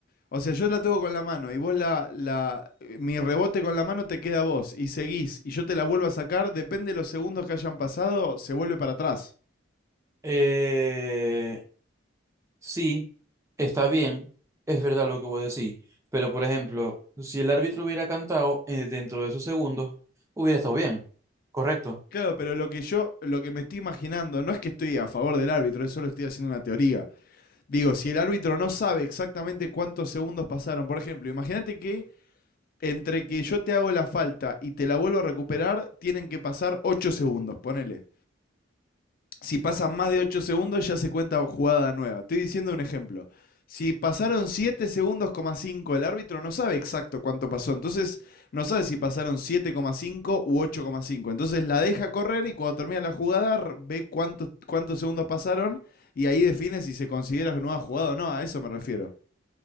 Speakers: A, on the left; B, on the right.
A: O sea, yo la toco con la mano y vos la, la. Mi rebote con la mano te queda a vos y seguís y yo te la vuelvo a sacar, depende de los segundos que hayan pasado, se vuelve para atrás.
B: Eh, sí, está bien, es verdad lo que voy a decir. Pero, por ejemplo, si el árbitro hubiera cantado eh, dentro de esos segundos, hubiera estado bien. Correcto.
A: Claro, pero lo que yo, lo que me estoy imaginando, no es que estoy a favor del árbitro, solo estoy haciendo una teoría. Digo, si el árbitro no sabe exactamente cuántos segundos pasaron, por ejemplo, imagínate que entre que yo te hago la falta y te la vuelvo a recuperar, tienen que pasar 8 segundos, ponele. Si pasan más de 8 segundos, ya se cuenta jugada nueva. Estoy diciendo un ejemplo. Si pasaron 7 segundos, coma 5, el árbitro no sabe exacto cuánto pasó. Entonces, no sabe si pasaron siete coma cinco u ocho coma cinco. Entonces, la deja correr y cuando termina la jugada, ve cuántos, cuántos segundos pasaron y ahí define si se considera nueva jugada o no. A eso me refiero.